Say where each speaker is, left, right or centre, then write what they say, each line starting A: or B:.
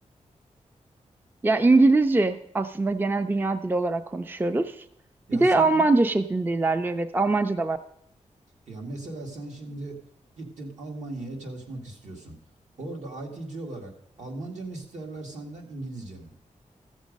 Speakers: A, on the right; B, on the right.
A: Ya İngilizce aslında genel dünya dili olarak konuşuyoruz.
B: Ya
A: Bir de
B: sen
A: Almanca
B: in-
A: şeklinde ilerliyor. Evet Almanca da var.
B: ya mesela sen şimdi gittin Almanya'ya çalışmak istiyorsun. Orada IT'ci olarak Almanca mı isterler senden İngilizce mi?